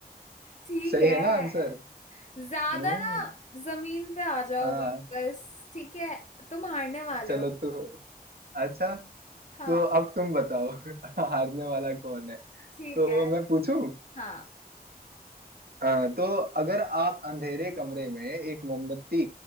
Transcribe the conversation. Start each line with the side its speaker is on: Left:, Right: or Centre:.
Left: ठीक
Right: सही है
Left: है
Right: ना आंसर
Left: ज्यादा
Right: हम्म
Left: ना जमीन पे आ जाओ
Right: हाँ
Left: वापस ठीक है तुम हारने वाले
Right: चलो
Left: हो
Right: तो अच्छा
Left: हाँ
Right: तो अब तुम बताओ <laughs> हारने वाला कौन है
Left: ठीक
Right: तो
Left: है
Right: मैं पूछूं
Left: हाँ
Right: हाँ तो अगर आप अंधेरे कमरे में एक मोमबत्ती